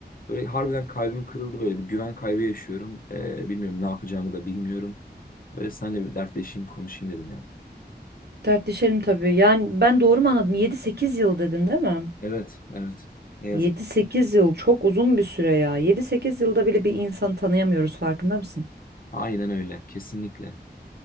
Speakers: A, on the left; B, on the right.
A: Böyle harbiden kalbim kırıldı böyle bir güven kaybı yaşıyorum. Ee, bilmiyorum ne yapacağımı da bilmiyorum. Böyle seninle bir dertleşeyim konuşayım dedim ya.
B: dertleşelim tabii. Yani ben doğru mu anladım? Yedi sekiz yıl dedin değil mi?
A: Evet, evet. Ne yazık.
B: Yedi sekiz yıl çok uzun bir süre ya. Yedi sekiz yılda bile bir insanı tanıyamıyoruz farkında mısın?
A: Aynen öyle. Kesinlikle.